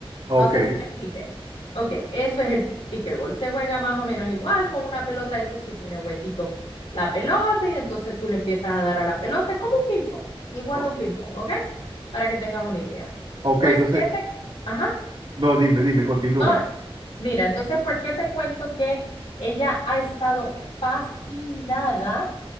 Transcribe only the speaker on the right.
Ok,
o-
ok,
entonces,
no, dime, dime, continúa.